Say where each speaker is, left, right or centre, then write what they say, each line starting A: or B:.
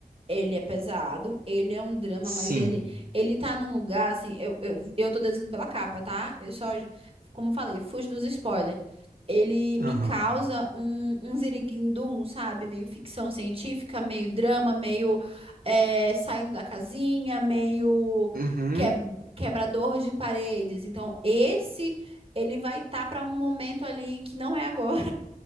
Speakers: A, on the right; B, on the right.
A: Ele é pesado, ele é um drama,
B: Sim.
A: mas ele ele tá num lugar assim, eu, eu, eu tô deduzindo pela capa, tá? Eu só, como eu falei, fujo dos spoilers. Ele me
B: Aham.
A: causa um, um ziriguindum, sabe? Meio ficção científica, meio drama, meio é, saindo da casinha, meio
B: Uhum.
A: que- é, quebrador de paredes. Então, esse ele vai estar tá para um momento ali que não é agora.